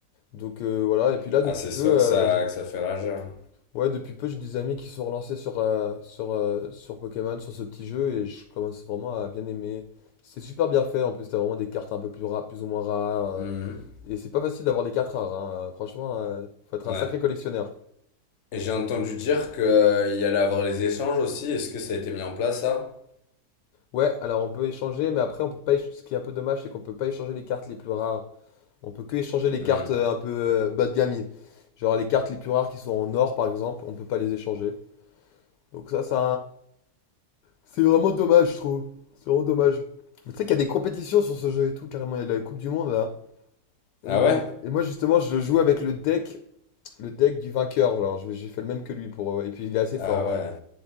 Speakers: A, on the left (about 75°); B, on the left (about 50°).
A: Donc euh, voilà. Et puis là,
B: Ah,
A: depuis
B: c'est
A: peu,
B: sûr que
A: euh,
B: ça,
A: j'-
B: que ça fait rager. hein.
A: ouais, depuis peu, j'ai des amis qui sont relancés sur, euh, sur, euh, sur Pokémon, sur ce petit jeu, et je commence vraiment à bien aimer. C'est super bien fait. En plus, t'as vraiment des cartes un peu plus ra- plus ou moins rares. euh,
B: Hmm.
A: et c'est pas facile d'avoir des cartes rares. hein. Franchement, euh, faut être
B: Ouais.
A: un sacré collectionneur.
B: Et j'ai entendu dire que euh, il y allait avoir les échanges aussi. Est-ce que ça a été mis en place, ça?
A: Ouais, alors on peut échanger, mais après on peut pas. éch- Ce qui est un peu dommage, c'est qu'on peut pas échanger les cartes les plus rares. On peut que échanger les
B: Hmm.
A: cartes euh, un peu euh, bas de gamme. Genre les cartes les plus rares qui sont en or, par exemple, on peut pas les échanger. Donc ça, c'est c'est vraiment dommage, je trouve. C'est vraiment dommage. Mais tu sais qu'il y a des compétitions sur ce jeu et tout, carrément. Il y a la Coupe du Monde là. Et,
B: Ah
A: le-
B: ouais?
A: le- et moi justement, je joue avec le deck, le deck du vainqueur. Genre, je- j'ai fait le même que lui pour. euh, Et puis il est assez
B: Ah
A: fort en
B: ouais.
A: vrai.